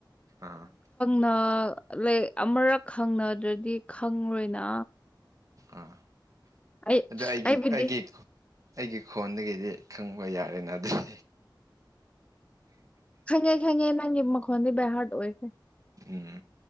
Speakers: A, on the right; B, on the left.
A: ꯑꯥ
B: ꯅꯥ ꯂꯥꯏꯛ ꯑꯃꯔꯛ ꯈꯪꯅꯗ꯭ꯔꯗꯤ ꯈꯪꯔꯣꯏꯅ
A: ꯑꯥ
B: ꯑꯩ
A: ꯑꯗꯨ ꯑꯩꯒꯤ
B: ꯑꯩꯕꯨꯗꯤ
A: ꯑꯩꯒꯤ ꯑꯩꯒꯤ ꯈꯣꯟꯗꯒꯤꯗꯤ ꯈꯪꯕ ꯌꯥꯔꯦꯅ ꯑꯗꯨꯗꯤ
B: ꯈꯪꯉꯦ ꯈꯪꯉꯦ ꯅꯪꯒꯤ ꯃꯈꯣꯟꯗꯤ ꯕꯥꯢꯍꯥꯔꯠ ꯑꯣꯏꯈ꯭ꯔꯦ
A: ꯎꯝ